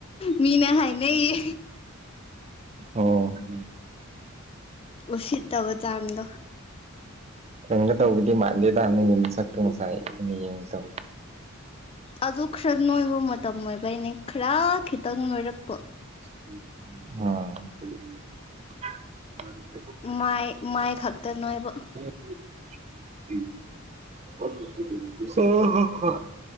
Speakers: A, on the left; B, on the right.
A: ꯃꯤꯅ ꯍꯥꯏꯅꯩꯌꯦ
B: ꯑꯣ <inaudible>
A: ꯎꯁꯤꯠꯇꯕ ꯆꯥꯡꯗꯣ
B: ꯈꯣꯟꯗ ꯇꯧꯕꯗꯤ ꯃꯥꯟꯗꯦꯗ ꯅꯪꯒꯤ ꯅꯁꯛꯇꯣ ꯉꯁꯥꯏ ꯑꯩꯅ ꯌꯦꯡꯕꯗꯣ
A: ꯑꯗꯨ ꯈꯔ ꯅꯣꯏꯕ ꯃꯇꯝ ꯑꯣꯏꯕꯩꯅꯦ ꯈꯔꯥ ꯈꯤꯇꯪ ꯅꯣꯏꯔꯛꯄ
B: <inaudible>
A: ꯃꯥꯏ ꯃꯥꯏ ꯈꯛꯇ ꯅꯣꯏꯕ
B: <inaudible> ꯑꯍꯥ ꯍꯥ